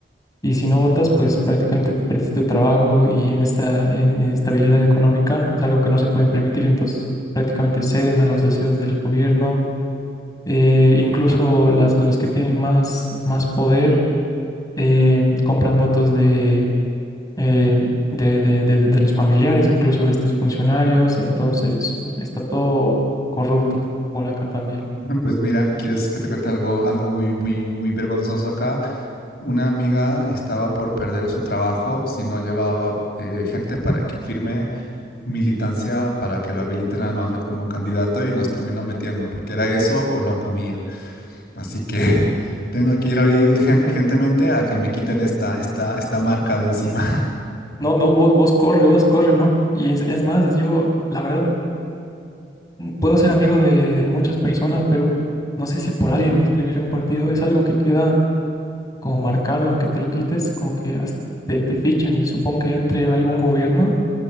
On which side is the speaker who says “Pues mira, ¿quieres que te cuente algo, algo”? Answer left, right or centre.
Left